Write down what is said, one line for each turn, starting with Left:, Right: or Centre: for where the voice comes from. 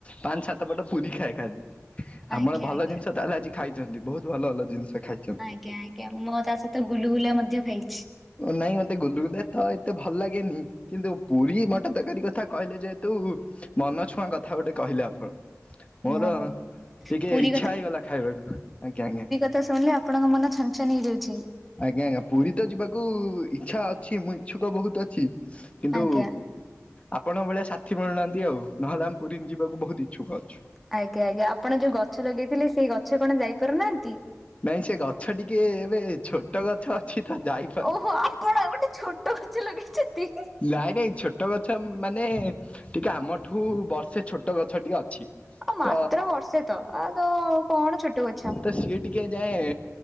Left: ପାଞ୍ଚ ସାତ ପଟ ପୁରୀ ଖାଏ ଖାଲି। ଆମର
Centre: ଆଜ୍ଞା
Left: ଭଲ
Centre: ଆଜ୍ଞା।
Left: ଜିନିଷ ତାହେଲେ ଆଜି ଖାଇଛନ୍ତି। ବହୁତ୍ ଭଲ ଭଲ ଜିନିଷ ଖାଇ
Centre: ଆଜ୍ଞା ଆଜ୍ଞା। ମୁଁ ତା ସହିତ ଗୁଲୁଗୁଲା ମଧ୍ୟ ଖାଇଛି।
Left: ନାଇଁ ମତେ ଗୁଲୁଗୁଲା ତ ଏତେ ଭଲ ଲାଗେନି। କିନ୍ତୁ ପୁରୀ ମଟର ତରକାରୀ କଥା କହିଲେ ଯେହେତୁ ମନଛୁଆଁ କଥା ଗୋଟେ କହିଲେ ଆପଣ। ମୋର
Centre: ଓହୋ
Left: ଟିକେ
Centre: ପୁରୀ
Left: ଇଛା ହେଇଗଲା ଖାଇବାକୁ। ଆଜ୍ଞା ଆଜ୍ଞା।
Centre: ତ ଶୁଣିଲେ ଆପଣଙ୍କ ମନ ଛନ୍ ଛନ୍ ହେଇଯାଉଚି।
Left: ଆଜ୍ଞା ଆଜ୍ଞା। ପୁରୀ ତ ଯିବାକୁ ଇଛା ଅଛି। ମୁଁ ଇଚ୍ଛୁକ ବହୁତ ଅଛି। କିନ୍ତୁ
Centre: ଆଜ୍ଞା
Left: ଆପଣଙ୍କ ଭଳିଆ ସାଥି ମିଳୁନାହାନ୍ତି ଆଉ। ନହେଲେ ଆମେ ପୁରୀ ଯିବାକୁ ବହୁତ ଇଛୁକ ଅଛୁ।
Centre: ଆଜ୍ଞା ଆଜ୍ଞା। ଆପଣ ଯୋଉ ଗଛ ଲଗେଇଥିଲେ ସେଇ ଗଛ କଣ ଯାଇପାରୁନାହାନ୍ତି?
Left: ନାଇଁ ସେ ଗଛ ଟିକେ ଏବେ ଛୋଟ ଗଛ ଅଛି ତ ଯାଇ
Centre: ଓହୋ, ଆପଣ ଗୋଟେ ଛୋଟ ଗଛ ଲଗେଇଛନ୍ତି।
Left: ନାଇଁ ନାଇଁ ଛୋଟ ଗଛ ମାନେ ଟିକେ ଆମଠୁ ବର୍ଷେ ଛୋଟ ଗଛ ଟିଏ ଅଛି।
Centre: ଆଉ ମାତ୍ର
Left: ତ
Centre: ବର୍ଷେ ତ, ଆଉ ତ କଣ ଛୋଟ ଗଛ।
Left: ତ ସିଏ ଟିକେ ଏଯାଏଁ